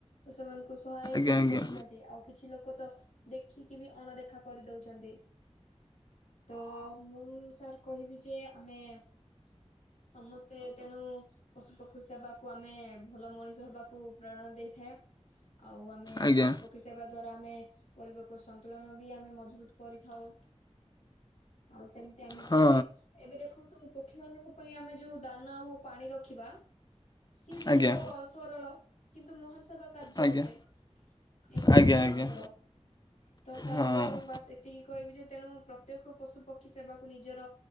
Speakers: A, on the left; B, on the left.
A: ତ ସେମାନଙ୍କୁ ସହାୟତା
B: ଆଜ୍ଞା ଆଜ୍ଞା
A: ବି
B: ଆଜ୍ଞା
A: କରୁଚ ଆଉ କିଛି ଲୋକ ତ ଦେଖିକି ବି ଅଣଦେଖା କରିଦଉଚନ୍ତି। ତୋ ମୁଁ ସାର୍ କହିବି ଯେ ଆମେ ସମସ୍ତେ ତେଣୁ ପଶୁପକ୍ଷ୍ ଖୁ ସେବାକୁ ଆମେ ଭଲ ମଣିଷ ହେବାକୁ ପ୍ରେରଣା ଦେଇଥାଏ ଆଉ ଆମେ
B: ଆଜ୍ଞା
A: ପଶୁ ପ କ୍ଷୀ ସେବା ଦ୍ଵାରା ଆମେ ପରିବକୁ ସନ୍ତୁଳନ ବି ଆମେ ମଜ୍ବୁତ୍ କରିଥାଉ। ଆଉ ସେମ୍ତି ଆମେ
B: ହଁ
A: ପକ୍ଷୀ ଏବେ ଦେଖନ୍ତୁ ପକ୍ଷୀ ମାନଙ୍କ ପାଇଁ ଆମେ ଯୋଉ ଦାନା ଓ ପାଣି ରଖିବା ସିଏ ବି
B: ଆଜ୍ଞା
A: ଏକ ସରଳ କିନ୍ତୁ ମହାନ ସେବା କାର୍ଯ୍ୟ
B: ଆଜ୍ଞା
A: ଅଟେ ଏଇଟା
B: ଆଜ୍ଞା ଆଜ୍ଞା
A: ଆମର ତ ସାର୍
B: ହଁ
A: ମୁଁ ବାସ୍ ଏ ତିକି କହିବି ଯେ ତେଣୁ ପ୍ରତ୍ୟେକ ପଶୁ ପକ୍ଷୀ ସେବାକୁ ନିଜର